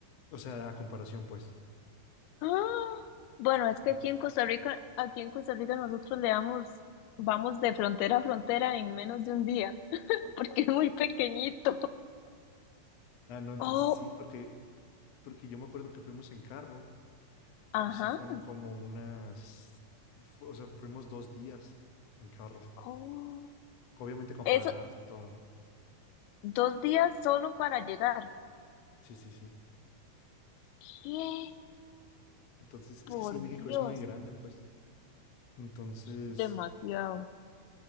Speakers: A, on the left; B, on the left.
A: o sea, a comparación, pues.
B: Ah, Bueno, es que
A: Entonces,
B: aquí en Costa Rica, aquí en Costa Rica nosotros le damos, vamos de frontera a frontera en menos de un día, <laughs> porque es muy pequeñito.
A: ah, no, entonces
B: Oh,
A: sí, porque, porque yo me acuerdo que fuimos en carro
B: ajá.
A: y sí fueron como unas, fu- o sea, fuimos dos días en carro.
B: Oh,
A: Obviamente comparadas
B: eso,
A: y todo, ¿no?
B: dos días solo para llegar.
A: Sí, sí, sí.
B: ¿Qué?
A: Entonces, es
B: Por
A: que sí, México
B: Dios,
A: es muy grande, pues. Entonces,
B: demasiado.